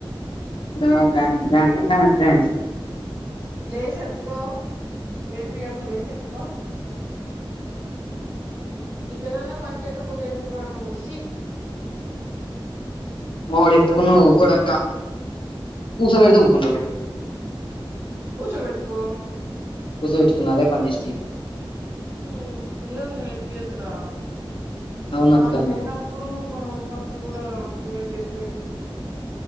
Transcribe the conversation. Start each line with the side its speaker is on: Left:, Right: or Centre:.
Left: <unintelligible>
Right: లేషి ఎత్తుకో ఏడిపియ్యకు లేషి ఎత్తుకో ఇకనన్నా పనికి ఎక్కకపోతే ఎందుకూర నువు షి
Left: మావోడు ఎత్తుకున్న ఊకోడక్క కూసోపెడితే ఉకుంటడు
Right: కూచోబెట్టుకో
Left: కూచోబెట్టుకున్న ఇగ అదే పని చేస్తీ
Right: ఊ పిల్లల్ని నడిపియొద్దురా
Left: అవునక్క
Right: మనం లేన ఇప్పుడు మనం ఉన్నప్పుడు కూడా అట్నేఅయితే ఎట్ల చెప్పు